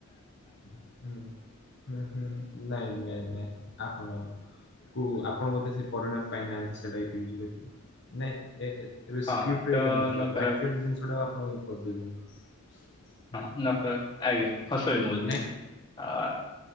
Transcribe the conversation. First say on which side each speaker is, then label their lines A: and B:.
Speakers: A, on the left; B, on the left.
A: ହୁଁ ହୁଁ ହୁଁ, ନାଇଁ ନାଇଁ ନାଇଁ ଆପଣ କୁ ଆପଣ ବୋଧେ ସେ ପରିଣାମ ପାଇନାହାନ୍ତି ସେଟା ୟୁଜ ଆ କରିବେ ନାଇଁ ଏ ଏବେ
B: ହଁ
A: ସ୍କ୍ରିପ୍ଟରେ
B: ତ
A: ଏଇଟା ନଥିଲା
B: ନକାରାତ୍ମକ
A: ବ୍ରାକେଟ ଜିନିଷଟା ଆପଣ କରିଦେଇଛନ୍ତି।
B: ହଁ ନଖ ଆଜ୍ଞା ହସ <unintelligible>
A: ନାଇଁ